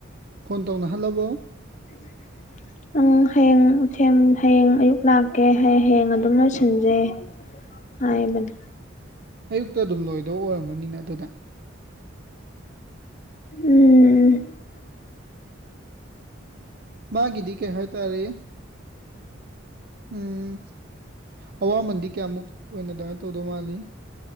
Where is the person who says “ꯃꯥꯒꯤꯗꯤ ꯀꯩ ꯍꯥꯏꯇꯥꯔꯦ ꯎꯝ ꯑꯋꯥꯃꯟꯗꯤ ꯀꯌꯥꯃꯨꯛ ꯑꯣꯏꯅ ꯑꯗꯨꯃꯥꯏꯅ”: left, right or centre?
Right